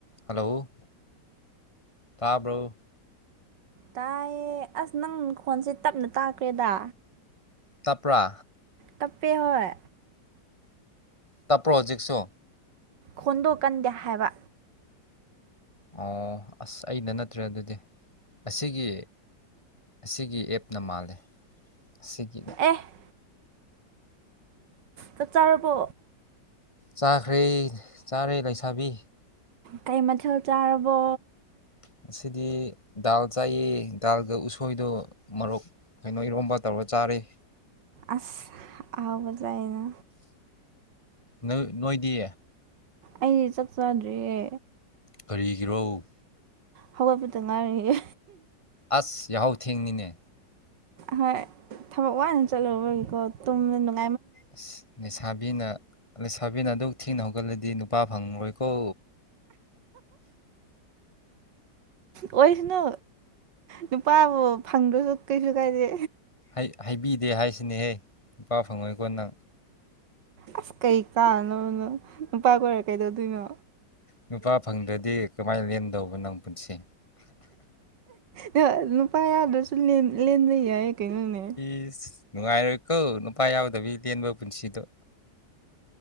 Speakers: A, on the left (about 15°); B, on the right (about 75°).
A: Hello ꯇꯥꯕ꯭ꯔꯣ
B: ꯇꯥꯏꯌꯦ ꯑꯁ ꯅꯪ ꯈꯣꯟꯁꯦ ꯇꯞꯅ ꯇꯥꯛꯈ꯭ꯔꯦꯗꯥ
A: ꯇꯞꯄ꯭ꯔꯥ
B: ꯇꯞꯄꯦ ꯍꯣꯏ
A: ꯇꯞꯄ꯭ꯔꯣ ꯍꯧꯖꯤꯛꯁꯨ
B: ꯈꯣꯟꯗꯣ ꯀꯟꯗꯦ ꯍꯥꯏꯕ
A: ꯑꯣ ꯑꯁ ꯑꯩꯅ ꯅꯠꯇ꯭ꯔꯦ ꯑꯗꯨꯗꯤ ꯑꯁꯤꯒꯤ ꯑꯁꯤꯒꯤ ꯑꯦꯞꯅ ꯃꯥꯜꯂꯦ ꯑꯁꯤꯒꯤꯅ
B: ꯑꯦꯍ ꯆꯥꯛ ꯆꯥꯔꯕꯣ
A: ꯆꯥꯈ꯭ꯔꯦ ꯆꯥꯔꯦ ꯂꯩꯁꯥꯕꯤ
B: ꯀꯩ ꯃꯊꯦꯜ ꯆꯥꯔꯕꯣ
A: ꯉꯁꯤꯗꯤ ꯗꯥꯜ ꯆꯥꯏꯌꯦ ꯗꯥꯜꯒ ꯎꯁꯣꯏꯗꯣ ꯃꯔꯣꯛ ꯀꯩꯅꯣ ꯏꯔꯣꯝꯕ ꯇꯧꯔ ꯆꯥꯔꯦ
B: ꯑꯁ ꯑꯍꯥꯎꯕ ꯆꯥꯏꯅꯥ
A: ꯅꯪ ꯅꯣꯏꯗꯤ
B: ꯑꯩ ꯆꯥꯛ ꯆꯥꯗ꯭ꯔꯤꯌꯦ
A: ꯀꯔꯤꯒꯤꯔꯣ
B: ꯍꯧꯒꯠꯄꯗ ꯉꯥꯏꯔꯤꯌꯦ
A: ꯑꯁ ꯌꯥꯍꯧ ꯊꯦꯡꯉꯤꯅꯦ
B: ꯍꯣꯏ ꯊꯕꯛ ꯋꯥꯅ ꯆꯠꯂꯨꯨꯕꯒꯤꯀꯣ ꯇꯨꯝꯃꯦ ꯅꯨꯡ
A: ꯑꯁ ꯂꯩꯅꯤꯁꯥꯕꯤꯅ ꯂꯩꯁꯥꯕꯤꯅ ꯑꯗꯨꯛ ꯊꯦꯡꯅ ꯍꯧꯒꯠꯂꯗꯤ ꯅꯨꯄꯥ ꯐꯪꯉꯣꯏꯀꯣ
B: ꯑꯣꯏꯁꯅꯨ ꯅꯨꯄꯥꯕꯨ ꯐꯪꯗ꯭ꯔꯁꯨ ꯀꯩꯁꯨ ꯀꯥꯏꯗꯦ
A: ꯍꯩ ꯍꯥꯏꯕꯤꯗꯦ ꯍꯥꯏꯁꯤꯅꯦꯍꯦ ꯅꯨꯨꯄꯥ ꯐꯪꯉꯣꯏꯀꯣ ꯅꯪ
B: ꯑꯁ ꯀꯩ ꯀꯥꯟꯅꯕꯅꯣ ꯅꯨꯄꯥ ꯀꯣꯏꯔ ꯀꯩꯗꯧꯗꯣꯏꯅꯣ
A: ꯅꯨꯄꯥ ꯐꯪꯗ꯭ꯔꯗꯤ ꯀꯃꯥꯏꯅ ꯂꯦꯟꯗꯧꯕ ꯅꯪ ꯄꯨꯟꯁꯤ
B: ꯗꯨ ꯅꯨꯨꯄꯥ ꯌꯥꯗꯁꯨ ꯂꯦꯟ ꯂꯦꯟꯕ ꯌꯥꯏꯌꯦ ꯀꯩꯅꯣꯅꯦ
A: ꯏꯁ ꯅꯨꯡꯉꯥꯏꯔꯣꯏ ꯀꯣ ꯅꯨꯄꯥ ꯌꯥꯎꯗꯕꯤ ꯂꯦꯟꯕ ꯄꯨꯟꯁꯤꯗꯣ